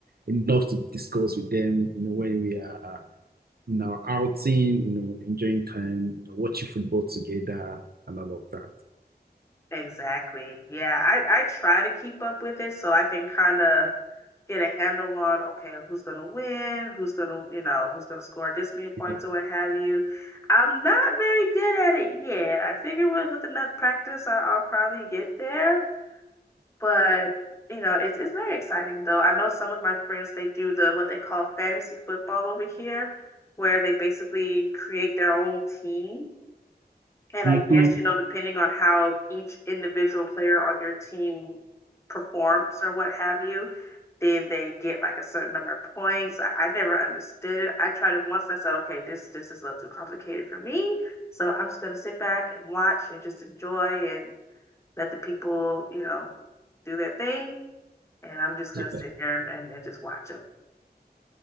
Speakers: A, on the right (about 65°); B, on the left (about 15°).
A: enough to discuss with them, you know, when we are in our outing, you know, enjoying time, you know, watching football together and all of
B: Exactly. Yeah, I I try to keep up with it so I can kind of get a handle on okay, who's gonna win, who's gonna, you know, who's gonna score this many points
A: that.
B: or what have you. I'm not very good at it yet. I figure with with enough practice, I, I'll probably get there. But you know, it's it's very exciting though. I know some of my friends they do the what they call fantasy football over here, where they basically create their own team. And
A: hmm
B: I guess, you know, depending on how each individual player on your team performs or what have you, then they get like a certain number of points. I, I never understood it. I tried it once and I said, okay, this this is a little too complicated for me. So I'm just gonna sit back and watch and just enjoy and let the people, you know, do their thing and I'm just gonna
A: Yeah.
B: sit here and, and, and just watch him.